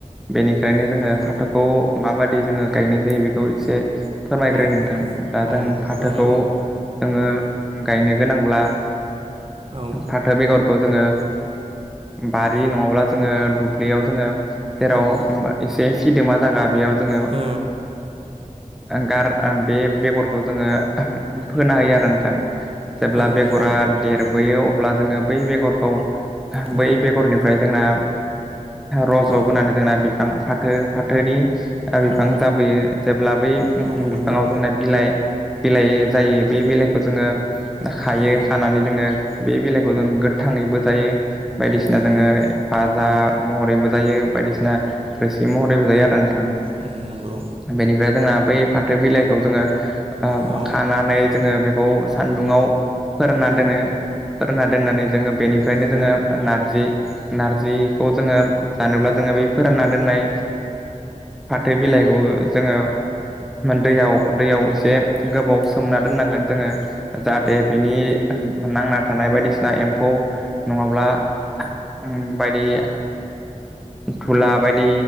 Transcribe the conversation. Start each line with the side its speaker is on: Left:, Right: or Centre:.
Centre: बेनिखायनो
Right: औ
Centre: जोङो
Right: नंगौ
Centre: फाथोखौ माबायदि जोङो गायनाय जायो बेखौ एसे फोरमायग्रो
Right: औ
Centre: नोंथां दा जों
Right: औ
Centre: फाथोखौ
Right: फोरमायलाय
Centre: जोङो गायनो गोनांब्ला
Right: औ
Centre: फाथो बेगर खौ जोङो बारि नङाब्ला जोङो दुब्लियाव जोङो जेराव
Right: औ
Centre: एसे सिदोमा जायगा बेयाव जोङो
Right: औ
Centre: गार बे बेगरखौ जोङो फोना होयो आरो नोंथां जेब्ला
Right: औ नंगौ
Centre: बेगरा देरबोयो। अब्ला जोङो बै बेगरखौ
Right: औ
Centre: बै बेगरनिफ्राय जोंना रज'
Right: औ
Centre: बोनानै जोंना बिफां फाथो-फाथोनि बिफां
Right: औ
Centre: जाबोयो जेब्ला बै बिफाङाव
Right: औ नंगौ
Centre: जोंना बिलाइ बिलाइ जायो बे बिलाइखौ जोङो खायो
Right: औ
Centre: खानानै जोङो बे बेलाइखौ जों गोथाङैबो जायो बायदिसिना
Right: औ नंगौ
Centre: जोङो फाजा महरैबो जायो बायदिसिना रोसि महरैबो जायो आरो
Right: औ नंगौ
Centre: बेनिफ्राय जोंना बै फाथो बिलाइखौ जोङो
Right: औ
Centre: खानानै जोङो बेखौ सानदुंआव फोरानना
Right: औ
Centre: दोनो दना दोननानै जोङो बेनिफ्रायनो
Right: औ
Centre: जोङो नारजि नारजिखौ जोङो सानब्ला
Right: औ
Centre: जों बै फोरानना दोननाय फाथो बिलाइखौ जोङो दैयाव दैयाव एसे गोबाव सोमना दोननांगोन जोङो जाहाथे बिनि नांना थानाय बायदिसिना एम्फौ नङाब्ला बायदि धुला बायदि